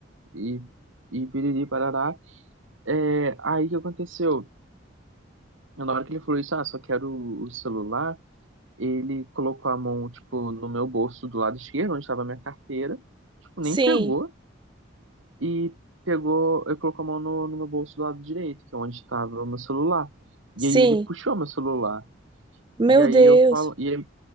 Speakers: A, on the right; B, on the right.
A: e, e piriri, parará. É, aí, o que aconteceu? Na hora que ele falou isso, ah, só quero o o celular, ele colocou a mão, tipo, no meu bolso do lado esquerdo, onde estava a minha carteira, tipo, nem
B: Sim,
A: pegou, e pegou, eu colocou a mão no, no meu bolso do lado direito, que é onde estava o meu celular. E
B: sim.
A: aí, ele puxou meu celular.
B: Meu
A: E aí,
B: Deus.
A: eu falo, e, aí-